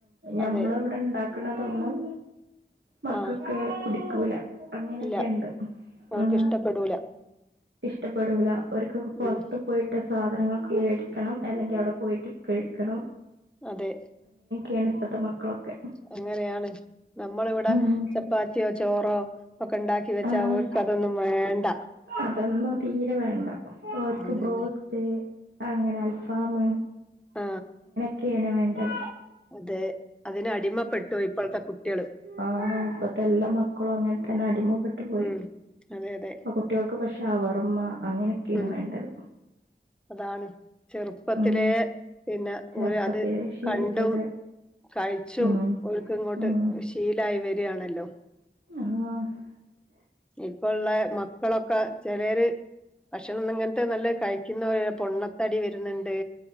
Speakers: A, on the right; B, in the centre.
A: നമ്മളിവിടെണ്ടാക്ക
B: അതെ
A: ക്കണതൊന്നും മക്കൾക്ക്
B: ആഹ്
A: പുടിക്കൂല അങ്ങനെയൊക്കെണ്ട്
B: ഇല്ല അവർക്ക്
A: ഉം
B: ഇഷ്ടപ്പെടൂല
A: ഇഷ്ടപ്പെടൂല അവർക്കൊക്കെ പൊർത്തു
B: ഉം
A: പോയിട്ട് സാധനങ്ങക്കെ മേടിക്കണം അല്ലെങ്കിൽ അവിടെ പോയിട്ട് കഴിക്കണം
B: അതെ
A: യേണ് ഇപ്പോത്തെ മക്കളൊക്കെ
B: അങ്ങനെയാണ് നമ്മളിവിടെ
A: ഉം
B: ചപ്പാത്തിയോ ചോറോ ഒക്കെ ഉണ്ടാക്കി ക്കി വെച്ച
A: ആഹ്
B: അവർക്ക് അതൊന്നും വേണ്ട
A: അതൊന്നും തീരെ വേണ്ട അവർക്ക്
B: അതന്നെ
A: ബ്രോസ്റ്റ് അങ്ങനെ അൽഫാം
B: ആ
A: ക്കേണ് വേണ്ടത്
B: അതെ അതിന് അടിമപ്പെട്ടു ഇപ്പോഴത്തെ കുട്ടികള്.
A: ആ ഇപ്പത്തെ എല്ലാ മക്കളും അങ്ങനെ തന്നെ അടിമപ്പെെട്ടു പോയി.
B: ഉം അതെ അതെ
A: അപ്പൊ കുട്ടികൾക്ക് പക്ഷെ ആവാ അമ്മ അങ്ങനെയൊക്കെയാണ്
B: ഉം
A: വേണ്ടത്
B: അതാണ് ചെറുപ്പത്തിലെ
A: ഉം
B: പിന്നെ
A: ചെറുപ്പത്തിലെ
B: ഒരു അത്
A: ശീലിച്ചത്
B: കണ്ടും കഴിച്ചും
A: ഉം
B: ഓർക്ക് ഇങ്ങോട്ട്
A: ഉം
B: ശീലായി വരിയാണല്ലോ.
A: ആ
B: ഇപ്പോ ഉള്ള മക്കളൊക്കെ ചിലര് ഭക്ഷണം ഇങ്ങനത്തെ നല്ല കഴി ക്കുന്നവര് പൊണ്ണത്തടി വരുന്നുണ്ട്